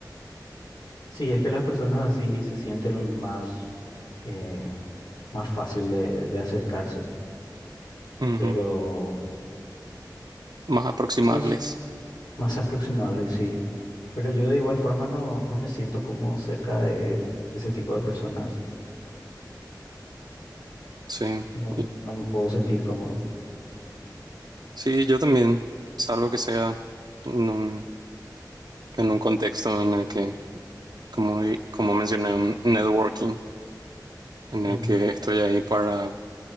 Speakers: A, on the left; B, on the right.
A: sí, es que las personas así se sienten más, eh, más fácil de, de acercarse,
B: Ujú.
A: pero
B: Más aproximables.
A: no s- más aproximables, sí. Pero yo de igual forma no, no me siento como cerca de ese tipo de personas.
B: Sí.
A: No,
B: Y-
A: no me puedo sentir cómodo.
B: Sí, yo también, salvo que sea en un, en un contexto en el que, como, di- como mencioné, un networking, en
A: Ujú.
B: el que estoy ahí para